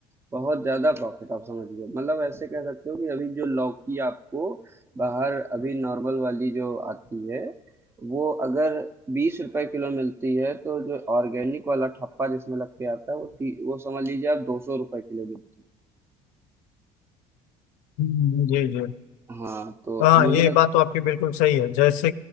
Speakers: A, on the right; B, on the left.
A: बहुत ज्यादा प्रॉफिट आप समझ लो मतलब ऐसे कह सकते हो कि अभी जो लौकी आपको बाहर अभी नॉर्मल वाली जो आती है वो अगर बीस रुपए किलो मिलती है तो जो ऑर्गेनिक वाला ठप्पा जिसमें लग के आता है वो ती- वो समझ लीजिए आप दो सौ रुपए किलो मिलती है
B: हम्म, जी जी
A: हाँ तो
B: हाँ
A: मुझे
B: ये बात तो आपकी बिल्कुल सही है जैसे